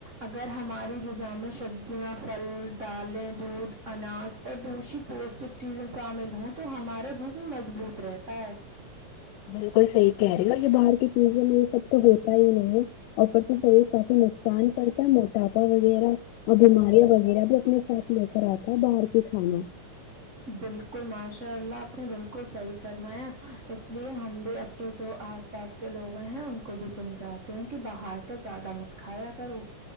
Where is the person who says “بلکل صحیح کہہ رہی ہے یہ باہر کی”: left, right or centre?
Left